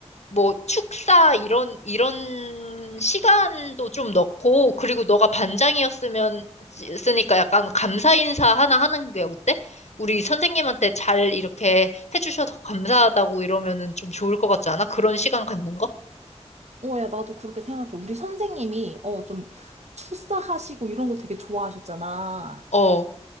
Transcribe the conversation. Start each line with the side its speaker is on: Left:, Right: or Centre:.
Left: 뭐 축사 이런, 이런 시간도 좀 넣고, 그리고 너가 반장이었으면, 쓰니까 약간 감사 인사 하나 하는 게 어때? 우리 선생님한테 잘 이렇게 해주셔서 감사하다고 이러면은 좀 좋을 것 같지 않아? 그런 시간 갖는 거?
Right: 어, 야, 나도 그렇게 생각해. 우리 선생님이, 어, 좀, 축사하시고 이런 거 되게 좋아하셨잖아.
Left: 어,